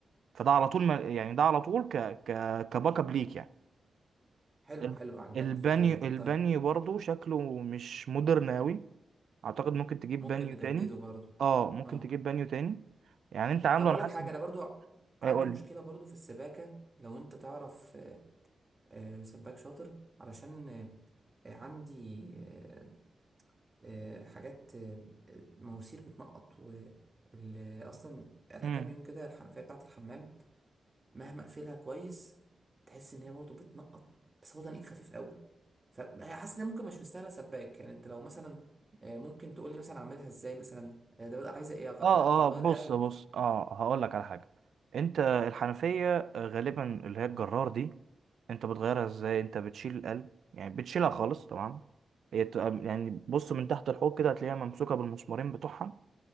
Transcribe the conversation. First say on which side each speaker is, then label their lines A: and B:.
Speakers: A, on the right (about 70°); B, on the right (about 20°).
A: فده على طول ما يعني ده على طول ك ك كباك اب ليك يعني
B: حلو
A: ال-
B: حلو عجباني
A: البانيو
B: الفكرة دي
A: البانيو
B: طيب
A: برضو شكله مش مودرن قوي اعتقد ممكن تجيب
B: ممكن
A: بانيو
B: نجدده
A: تاني
B: برضو
A: اه ممكن
B: اه
A: تجيب بانيو تاني يعني انت عامله
B: طب اقول
A: انا حاسس
B: لك حاجة انا برضو عندي
A: اقول
B: مشكلة
A: لي
B: برضو في السباكة لو انت تعرف آه، آه، سباك شاطر علشان آه، آه، عندي آه، آه، حاجات آه، آه، مواسير بتنقط و ال- اصلا بقالها
A: امم
B: كام يوم كده الحنفية بتاعة الحمام مهما اقفلها كويس تحس ان هي برضو بتنقط بس هو تنقيط خفيف قوي فب- هي حاسس ان هي ممكن مش مستاهله سباك يعني انت لو مثلا آه، ممكن تقول لي مثلا اعملها ازاي مثلا آه، ده بقى عايزه ايه أغ-
A: اه
B: آه، اغير
A: اه بص
B: قلب
A: بص اه هقول لك على حاجه انت الحنفيه غالبا اللي هي الجرار دي انت بتغيرها ازاي انت بتشيل القلب يعني بتشيلها خالص تمام هي
B: مم.
A: بتبقى يعني بص من تحت الحوض كده هتلاقيها ممسوكه بالمسمارين بتوعها